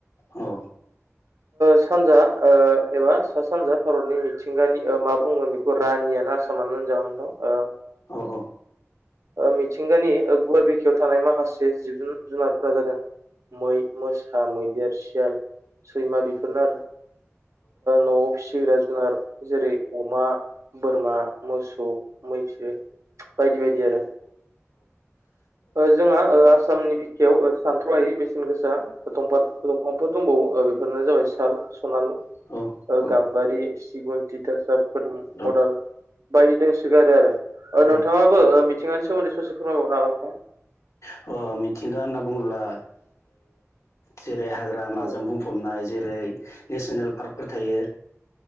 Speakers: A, on the left; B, on the right.
A: औ
B: सानजा एबा सा सानजा भारतनि मिथिंगानि मा बुंगोन बेखौ रानिय ना सोमोनाननो जागोनथ
A: औ औ
B: मिथिंगानि गुवार बिखायाव थानाय माखासे जिब जुब जुनारफ्रा जादों। मै मोसा मैदेर सियाल सैमा बेफोरनो आरो न'आव फिसिग्रा जुनार जेरै अमा बोरमा मोसौ मैथो बायदि बायदि आरो ओ जोंहा ओ आसामनि बिखायाव सानथ्र' हायि बेसेन गोसा दंफ दंफांफोर दंबावो बेफोरनो जाबाय साल सनालु
A: औ
B: गाम्बारि सिगन्थि थासदोम
A: औ
B: अदाल बायदि दंसोगारो आरो
A: औ
B: नोंथाङाबो मिथिंगानि सोमोन्दै ससे फोरमायबावनो हागोन नोंथां।
A: अ मिथिंगा होनना बुङोब्ला जेरै हाग्रा माजों
B: औ
A: बुंफबनाय जेरै नेसनेल पार्कफोर थायो।